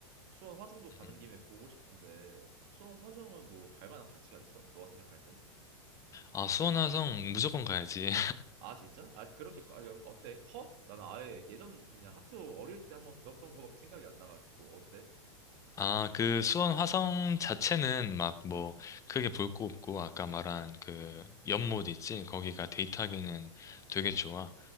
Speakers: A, on the right; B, on the left.
A: 수원 화성도 가는
B: 음.
A: 김에 보고 싶은데 수원 화성은 뭐 갈 만한 가치가 있어? 너가 생각할 때?
B: 아, 수원화성 무조건 가야지.
A: 아 진짜? 아 그렇게 커- 아, 어때? 커? 나는 아예 예전 그냥 학교 어릴 때 한번 배웠던 거밖에 생각이 안 나가지고 어때?
B: 아, 그 수원 화성 자체는 막 뭐
A: 음.
B: 크게 볼 거 없고 아까 말한 그 연못 있지? 거기가 데이트하기는 되게 좋아.